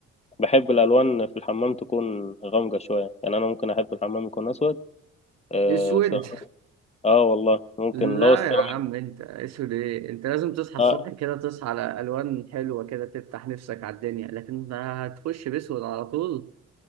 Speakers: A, on the left; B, on the right.
A: بحب الالوان في الحمام تكون غامقه شويه يعني انا ممكن احب الحمام يكون اسود آه,
B: أسود
A: سيراميك. اه والله ممكن
B: لا
A: لو السيراميك
B: يا عم أنت أسود إيه أنت لازم تصحى الصبح
A: آه،
B: كده تصحى على ألوان حلوة كده تفتح نفسك على الدنيا لكن هتخش بأسود على طول